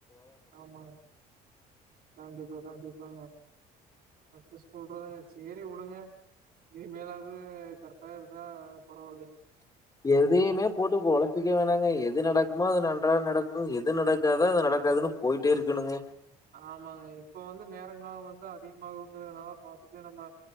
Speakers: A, on the right (about 70°); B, on the left (about 20°).
A: ஆமா கண்டிப்பா கண்டிப்பாங்க ஃபஸ்ட்டு சொல்றதாங்க சேரி விடுங்க இன்மேலாது கரெட்டா இருந்தா பரவால்லெங்கெ
B: எதையுமே போட்டு கொழப்பிக்க வேணாங்க எது நடக்குமோ அது நன்றாக நடக்கு எது நடக்காதொ அது நடக்காதுன்னு போயிட்டே இருக்கணுங்க
A: ஆமாங்க இப்ப வந்து நேரங் காலொ வந்தா அதிகமாகுங்குறனால பாத்துட்டு நம்ம